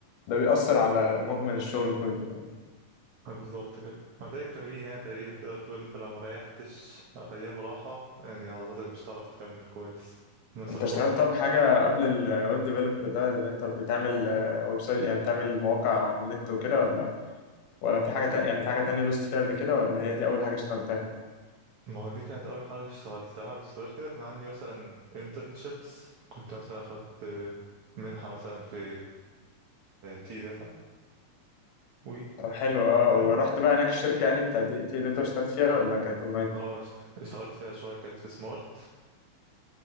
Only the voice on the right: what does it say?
بالظبط كده ما ده التمرين يعني تقريبا تقدر تقول انت لو مريحتش ايام راحة يعني عضلاتك مش هتعرف تكمل كويس نفس
الحوار
ما هو دي كانت اول حاجة اشتغلتها بس غير كده كان عندي مثلا internships كنت مثلا اخدت آه، منحة مثلا في تي داتا و
اه
آه، اشت- اشتغلت فيها شوية كانت في سمارت